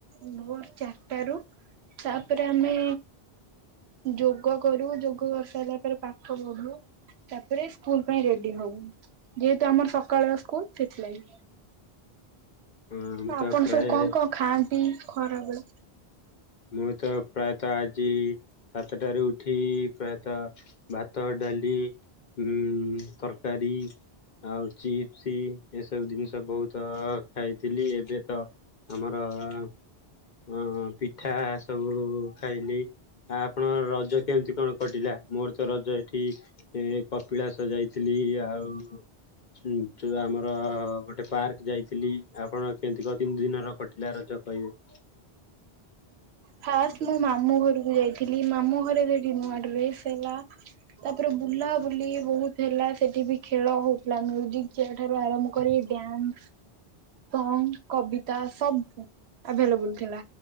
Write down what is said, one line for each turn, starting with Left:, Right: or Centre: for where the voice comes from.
Right: ଭୋର୍ ଚାରିଟା ରୁ ତାପରେ ଆମେ ଯୋଗ କରୁ। ଯୋଗ କରିସାରିଲା ପରେ ପାଠ ପଢୁ। ତାପରେ ସ୍କୁଲ ପାଇଁ ରେଡ୍ଡି ହଉ। ଯେହେତୁ ଆମର ସକାଳ ସ୍କୁଲ ସେଥିଲାଗି।
Left: ହଁ ମୁଁ
Right: ତ ଆପଣ
Left: ପ୍ରାୟ
Right: ସବୁ କଣ କଣ ଖାଆନ୍ତି ଖରା ବେଳେ?
Left: ମୁଁ ତ ପ୍ରାୟତଃ ଆଜି ସାତଟାରୁ ଉଠି ପ୍ରାୟତଃ ଭାତ ଡ଼ାଲି ଉ ତରକାରୀ ଆଉ ଚିପ୍ସ ଏସବୁ ଜିନିଷ ବହୁତ ଖାଇଥିଲି ଏବେ ତ ଆମର ଅ ପିଠା ସବୁ ଖାଇଲି। ଆ ଆପଣ ରଜ କେମିତି କଣ କଟିଲା ମୋରତ ରଜ ଏଠି ଏ କପିଳାସ ଯାଇଥିଲି ଆଉ ସେଠୁ ଆମର ଗୋଟେ ପାର୍କ ଯାଇଥିଲି ଆପଣ <unintelligible> ତିନି ଦିନର କ ଦାରଜ କହିବେ।
Right: ଫାଷ୍ଟେ ମୁଁ ମାମୁଁ ଘରକୁ ଯାଇଥିଲି ମା ମାମୁଁ ଘରେ ସେଠି ନୁଆ ଡ୍ରେସ୍ ହେଲା। ତାପରେ ବୁଲାବୁଲି ବହୁତ୍ ହେଲା ସେଠିବି ଖେଳ ହଉଥିଲା ମ୍ୟିଜିକ୍ ଚେୟାର୍ ଠାରୁ ଆରମ୍ଭ କରି ଡ୍ୟାସ୍। ସଙ୍ଗ୍ କବିତା ସବୁ ଆଭେଲେବୁଲ୍ ଥିଲା